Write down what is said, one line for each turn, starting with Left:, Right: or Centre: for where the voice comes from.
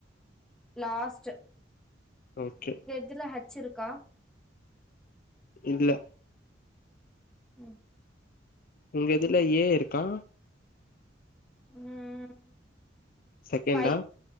Centre: லாஸ்ட்டு
Left: ஓகே
Centre: இதுல ஹச்சிருக்கா
Left: இல்ல
Centre: ம்
Left: உங்க இதுல ஏ இருக்கா
Centre: ம்
Left: செகண்டா
Centre: பைவ்